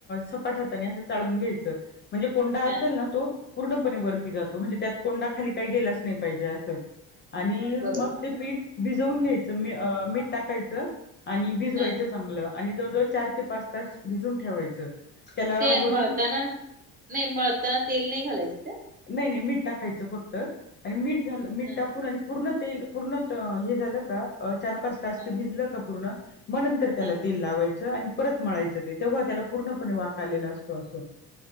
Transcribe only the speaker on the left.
सपाट हाताने असं चाळून घ्यायचं. म्हणजे कोंडा
असेल ना तो पूर्णपणे वरती जातो. म्हणजे त्यात कोंडा खाली काही गेलाच नाही पाहिजे असं. आणि
मग ते पीठ भिजवून घ्यायचं मीठ टाकायचं आणि भिजवायचं.
चांगलं आणि जवळजवळ चार ते पाच तास भिजून ठेवायचं. त्याला
वरून
नाही, नाही, मीठ टाकायचं फक्त आणि मीठ
टाकून झालं मीठ- पूर्ण तेल पूर्ण हे झालं का? चार, पाच, तास
ते भिजलं का? पूर्ण मग नंतर त्याला
तेल लावायचं आणि परत मळायचं ते तेव्हा त्याला पूर्णपणे वाक आलेला असतो असं.